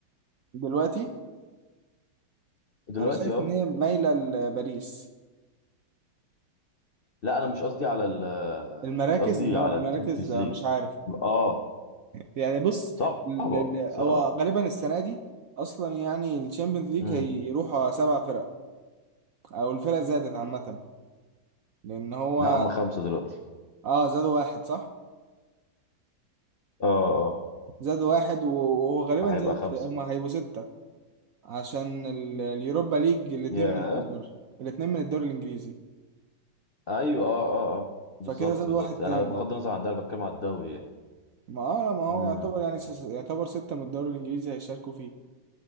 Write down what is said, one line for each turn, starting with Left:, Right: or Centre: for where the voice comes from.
Right: دلوقتي
Left: دلوقتي
Right: انا شايف
Left: اه
Right: ان هي مايلة لباريس
Left: لا انا مش قصدي على ال آه،
Right: المراكز
Left: مش قصدي
Right: المرا-
Left: على
Right: المراكز
Left: الشامبيونز
Right: آه،
Left: ليج
Right: مش عارف
Left: اه
Right: يعني بص
Left: صعبه
Right: ال- ال-
Left: صعبه
Right: هو غالبا السنة دي اصلا يعني الشامبيونز ليج
Left: امم
Right: هيروحوا سبع فرق او الفرق زادت عامة لان هو
Left: لا هم خمسه دلوقتي
Right: اه زادوا واحد صح
Left: اه اه
Right: زادوا واحد و- وهو غالبا
Left: فهيبقى
Right: زادوا
Left: خمسة
Right: س- هم هيبقوا ستة عشان ال- اليوروبا ليج الاتنين
Left: يا
Right: من الدوري الاتنين من الدوري الانجليزي
Left: ايوه اه اه اه بالظبط
Right: فكده زادوا
Left: بالظبط
Right: واحد تاني
Left: انا بغض النظر عن ده انا بتكلم على الدوري يعني
Right: ما هو ما هو
Left: امم
Right: يعتبر يعني سس- يعتبر ستة من الدوري الإنجليزي هيشاركوا فيه